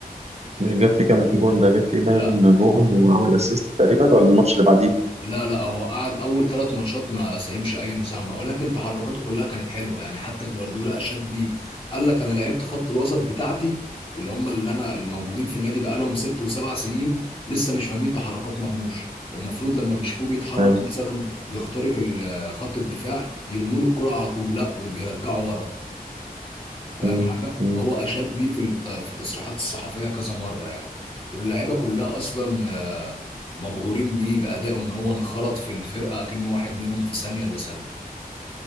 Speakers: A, on the right; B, on the left.
A: مش جاب فيه كام جون ده جاب فيه باين
B: لا
A: جون وعمل اسيست تقريبا ولا الماتش اللي بعديه
B: لا لا هو قعد اول ثلاث ماتشات ما ساهمش اي مساهمه ولكن تحركاته كلها كانت حلوه يعني حتى جوارديولا اشاد بيه قال لك انا لعبت خط الوسط بتاعتي اللي هم اللي انا الموجودين في النادي بقى لهم ست وسبع سنين لسه مش فاهمين تحركات مرموش المفروض لما بيشوفوه بيتحرك
A: أيوة.
B: مثلا بيخترق ال- خط الدفاع يرموا له الكرة على طول لا دول بيرجعوا ورا فاهم
A: مم.
B: حاجه
A: مم.
B: فهو اشاد بيه في الت- في التصريحات الصحفيه كذا مره يعني واللعيبه كلها اصلا آه، مبهورين بيه بادائه ان هو انخرط في الفرقه كأنه واحد منهم في ثانيه الا ثانيه